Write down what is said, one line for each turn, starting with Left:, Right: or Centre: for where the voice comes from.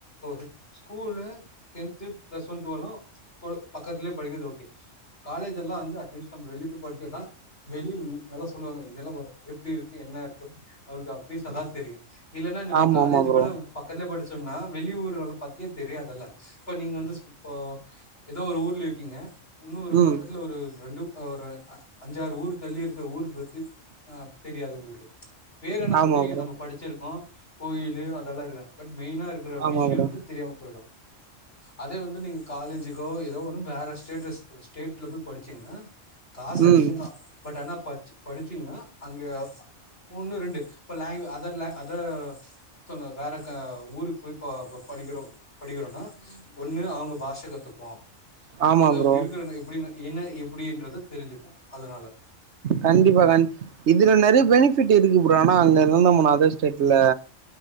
Left: இக் school tenth plus one twelve பக்கத்துலயே படிக்கிறது ஓகே காலேஜ்ல்லா அங்க அட்லிஸ்ட் நம்ம வெளில போய் படிச்சாதா வெளிய நா சொல்லுவாங்க நிலவரோ எப்டி இருக்கு என்ன இருக்கு அவளுக்கு அட்லீஸ் அதா தெரியு இல்லன்னா நம்ம
Right: ஆமா
Left: காலேஜ்
Right: ஆமா ப்ரோ
Left: கூட பக்கத்துலே படிச்சோம்னா வெளிய ஊர்கள பத்தியே தெரியாதுல்ல இப்ப நீங்க வந்து இப்போ எதோ ஒரு ஊர்ல இருக்கீங்க இன்னு ஒரு
Right: ம்
Left: பக்கத்துல ஒரு ரெண்டு ஒரு அஞ்சாறு ஊர் தள்ளி இருக்க ஊர் பத்தி அ தெரியாது உங்களுக்கு பேர் என்னமோ
Right: ஆமா
Left: தெரியு
Right: ப்ரோ
Left: நம்ம படிச்சிருக்கோ கோயிலு அதெல்லா இருக்கு பட் மெயினா இருக்குற
Right: ஆமா
Left: விஷியோ
Right: ப்ரோ
Left: வந்து தெரியாம போய்டு அதே வந்து நீங்க காலேஜுக்கோ ஏதோ ஒன்னு வேற ஸ்டேட்டஸ் ஸ்டேட்ல போய் படிச்சீங்கன்னா காசு
Right: ம்
Left: அதிகந்தா பட் ஆனா படிச் படிச்சீங்ன்னா அங்க ஒண்ணு ரெண்டு இப்ப லாங்க் அதர்ல லா அதர் <unintelligible> வேற ஊருக்கு போய் ப படிக்கிறோ படிக்கிறோனா ஒண்ணு அவங்க பாஷ கத்துப்போ
Right: ஆமா
Left: அங்க
Right: ப்ரோ
Left: இருக்குற எப்டின் என்ன எப்டின்றது தெரிஞ்சுப்போ அதனால
Right: கண்டிப்பா கண் இதுல நெறைய பெனிஃபிட் இருக்கு ப்ரோ ஆனா அங்க இருந்தோம்னா அதே ஸ்டேட்ல